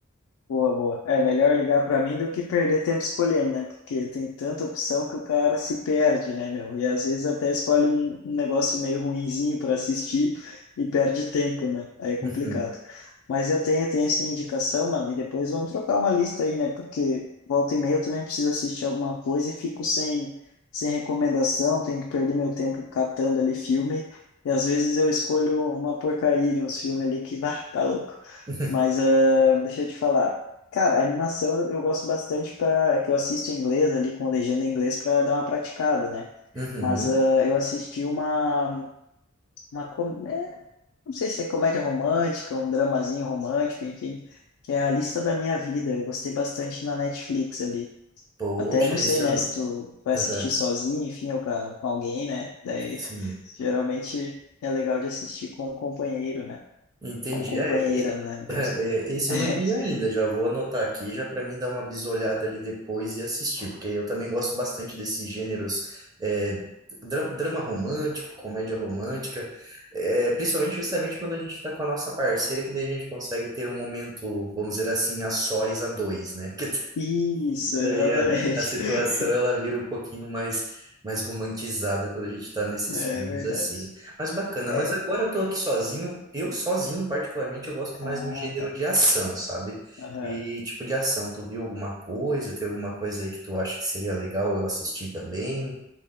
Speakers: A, on the left (about 85°); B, on the right (about 20°).
A: Boa, boa. É melhor ligar para mim do que perder tempo escolhendo, né? Porque tem tanta opção que o cara se perde, né, meu? E às vezes até escolhe um um negócio meio ruinzinho para assistir e perde tempo, né? Aí é complicado.
B: Uhum.
A: Mas eu tenho, tenho essa indicação, mano, e depois vamos trocar uma lista aí, né? Porque volta e meia eu também preciso assistir alguma coisa e fico sem, sem recomendação, tenho que perder meu tempo catando ali filme. E às vezes eu escolho uma porcaria de uns filmes ali que, bah, tá louco.
B: <laughs>
A: Mas ah, deixa eu te falar. Cara, a animação eu gosto bastante para que eu assisto em inglês ali com a legenda em inglês para dar uma praticada, né?
B: Uhum.
A: Mas ah, eu assisti uma, uma com- é, não sei se é comédia romântica, um dramazinho romântico, enfim, que é A Lista da Minha Vida. Eu gostei bastante na Netflix ali.
B: Poxa,
A: Até não
B: esse
A: sei, né,
B: eu não...
A: se tu vai assistir
B: Aham.
A: sozinho, enfim, ou com, a- com alguém, né? Daí
B: Sim.
A: <laughs> geralmente é legal de assistir com um companheiro, né?
B: Entendi.
A: Ou companheira,
B: É, e-
A: né, no caso.
B: é, é, esse
A: <laughs>
B: eu não vi ainda, já vou anotar aqui, já para mim dar uma bisolhada ali depois e assistir, porque eu também gosto bastante desses gêneros, é, dra- drama romântico, comédia romântica, é, principalmente justamente quando a gente está com a nossa parceira, que daí a gente consegue ter um momento, vamos dizer assim, a sós, a dois, né? <laughs> Que
A: Isso, exatamente.
B: daí daí a, a situação
A: <laughs>
B: ela vira um pouquinho mais, mais romantizada quando a gente está nesses
A: É
B: filmes
A: verdade.
B: assim. Mas bacana,
A: É.
B: mas agora eu tô aqui sozinho. Eu sozinho, particularmente, eu gosto
A: Ah,
B: mais do gênero
A: tá.
B: de ação, sabe?
A: Aham.
B: E tipo de ação, tu viu alguma coisa? Tem alguma coisa aí que tu acha que seria legal eu assistir também?